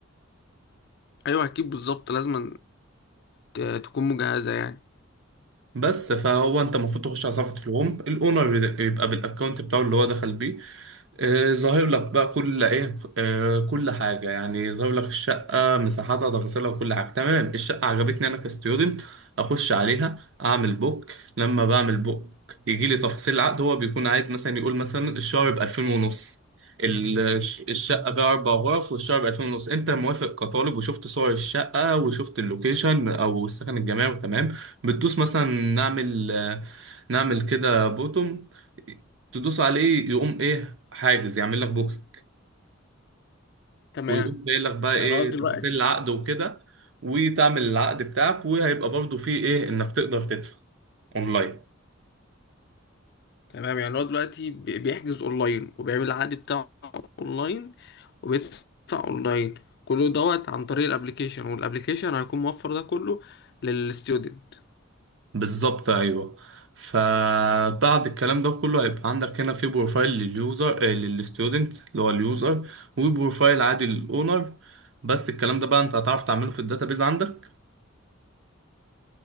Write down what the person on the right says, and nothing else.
بس فهو انت المفروض تخش على صفحه الهوم الاونر يبقى بالاكونت بتاعه اللي هو دخل بيه آه، ظاهر لك بقى كل ايه آه، كل حاجه يعني ظاهر لك الشقه مساحاتها تفاصيلها وكل حاجه تمام الشقه عجبتني انا كستودنت اخش عليها اعمل بوك لما بعمل بوك يجي لي تفاصيل العقد هو بيكون عايز مثلا يقول مثلا الشهر ب 2000 ونص ال- الشقه فيها اربع غرف والشهر ب 2000 ونص انت موافق كطالب وشفت صور الشقه وشفت اللوكيشن او السكن الجامعي تمام بتدوس مثلا نعمل آه، نعمل كده بوتوم تدوس عليه يقوم ايه حاجز يعمل لك بوكينج
ويقوم جاي لك بقى ايه
تفاصيل العقد وكده وتعمل العقد بتاعك وهيبقى برضو فيه ايه انك تقدر تدفع اونلاين
بالظبط ايوه فبعد الكلام ده كله هيبقى عندك هنا في بروفايل لليوزر آه للستودنت اللي هو اليوزر وبروفايل عادي للاونر بس الكلام ده بقى انت هتعرف تعمله في الداتابيز عندك